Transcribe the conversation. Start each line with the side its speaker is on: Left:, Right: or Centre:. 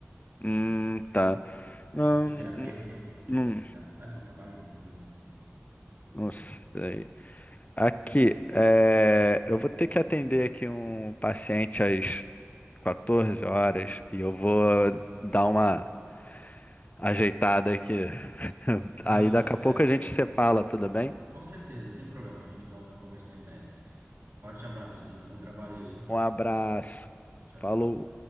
Right: e,
Left: hum, tá.
Right: e
Left: Não,
Right: ela é fisioterapeuta,
Left: hum,
Right: é acupunturista,
Left: hum,
Right: ela faz um trabalho incrível, assim.
Left: não
Right: E-
Left: sei. Aqui, é, eu vou ter que atender aqui um paciente às 14 horas e eu vou dar uma ajeitada aqui. <laughs>
Right: Não,
Left: Aí daqui
Right: tá certo.
Left: a pouco a gente se fala, tudo bem?
Right: Com certeza, sem problema, a gente volta a conversar em breve. Forte abraço, Jim, bom trabalho aí.
Left: Um abraço.
Right: Tchau, tchau.
Left: Falou.